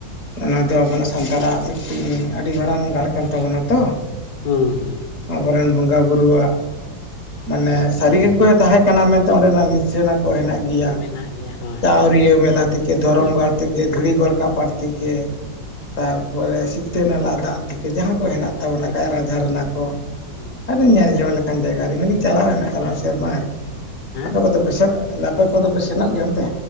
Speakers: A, on the left; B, on the left.
A: ᱚᱱᱟ ᱫᱚ ᱟᱵᱚᱱᱟᱜ ᱥᱟᱱᱛᱟᱲᱟᱜ ᱢᱤᱫᱴᱤᱱ ᱟᱹᱰᱤ ᱢᱟᱨᱟᱝ ᱜᱟᱲ ᱠᱟᱱ ᱛᱟᱵᱚᱱᱟ ᱛᱚ
B: ᱦᱮᱸ
A: ᱟᱵᱚᱨᱮᱱ ᱵᱚᱸᱜᱟ ᱵᱩᱨᱩᱣᱟᱜ ᱢᱟᱱᱮ ᱥᱟᱹᱨᱤ ᱜᱮᱠᱚ ᱛᱟᱦᱮᱸ ᱠᱟᱱᱟ ᱢᱮᱱᱛᱮ ᱚᱸᱰᱮᱱᱟᱜ ᱱᱤᱹᱥᱟᱱᱟ ᱠᱚ ᱦᱮᱱᱟᱜ ᱜᱮᱭᱟ
B: ᱦᱮᱸ ᱢᱮᱱᱟᱜ ᱜᱮᱭᱟ ᱦᱳᱭ
A: ᱪᱟᱣᱨᱤᱭᱟᱹ ᱢᱮᱞᱟ ᱛᱷᱮᱠᱮ ᱫᱷᱚᱨᱚᱢ
B: ᱦᱮᱸ
A: ᱜᱟᱲ ᱛᱷᱮᱠᱮ ᱫᱷᱤᱨᱤ ᱜᱟᱲᱠᱟᱯᱴ ᱛᱷᱮᱠᱮ ᱛᱟᱨᱯᱚᱨᱮ ᱥᱤᱛᱟᱹ ᱱᱟᱞᱟ ᱫᱟᱜ ᱛᱷᱮᱠᱮ ᱡᱟᱦᱟᱸ ᱠᱚ ᱦᱮᱱᱟᱜ
B: ᱯᱟᱨᱠ
A: ᱛᱟᱵᱚᱱᱟ
B: ᱛᱷᱮᱠᱮ
A: ᱠᱟᱭᱨᱟ
B: ᱦᱮᱸ
A: ᱡᱷᱟᱨᱱᱟ ᱠᱚ᱾
B: ᱦᱮᱸ
A: ᱟᱹᱰᱤ ᱧᱮᱞ ᱡᱚᱝ ᱞᱮᱠᱟᱱ ᱡᱟᱭᱜᱟ ᱟᱹᱞᱤᱧ ᱦᱚᱞᱤᱧ ᱪᱟᱞᱟᱣ
B: ᱡᱟᱭᱜᱟ
A: ᱞᱮᱱᱟ ᱪᱟᱞᱟᱣ
B: ᱦᱳᱭ
A: ᱮᱱ ᱥᱮᱨᱢᱟ ᱟᱨᱠᱤ᱾
B: ᱦᱮᱸ
A: ᱟᱯᱮ ᱠᱚᱫᱚᱯᱮ ᱥᱮᱱᱚᱜ ᱟᱯᱮ ᱠᱚᱫᱚᱯᱮ ᱥᱮᱱᱚᱜ ᱜᱮᱭᱟ ᱮᱱᱛᱮ